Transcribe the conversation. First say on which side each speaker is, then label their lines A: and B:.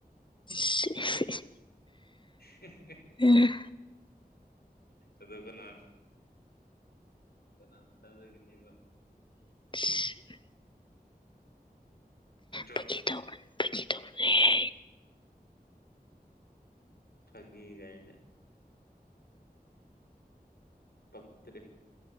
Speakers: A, on the left; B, on the left.
A: <unintelligible>
B: <unintelligible>
A: ꯎꯝ
B: ꯑꯗ ꯀꯅ ꯀꯅꯥ ꯊꯥꯖꯒꯅꯤꯕ
A: <unintelligible>
B: ꯅꯠꯇꯣ
A: ꯐꯥꯒꯤ ꯇꯧꯕꯅꯦ ꯐꯥꯒꯤ ꯇꯧꯕꯅꯦꯍꯦ
B: ꯐꯒꯒꯥꯏꯅꯦ ꯄꯠꯇꯦ